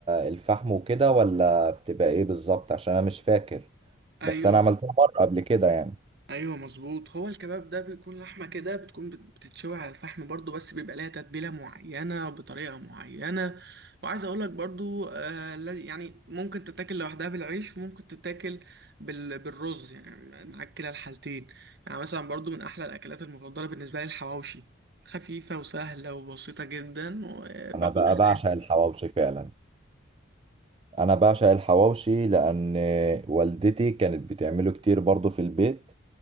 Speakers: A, on the right (about 30°); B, on the right (about 55°).
A: الفحم وكده ولا بتبقى ايه بالظبط عشان انا مش فاكر
B: أيوة
A: بس انا عملتها مرة قبل كده يعني
B: ايوه مظبوط هو الكباب ده بيكون لحمه كده بتكون بت- بتتشوي على الفحم برضو بس بيبقى لها تتبيله معينه بطريقه معينه وعايز اقول لك برضو آه لا- يعني ممكن تتاكل لوحدها بالعيش ممكن تتاكل بال بالرز يعني معاك كلا الحالتين يعني مثلا برضو من احلى الاكلات المفضله بالنسبه لي الحواوشي خفيفه وسهله وبسيطه جدا وباكلها
A: انا بقى بعشق
B: دايما
A: الحواوشي فعلا انا بعشق الحواوشي لان والدتي كانت بتعمله كتير برضو في البيت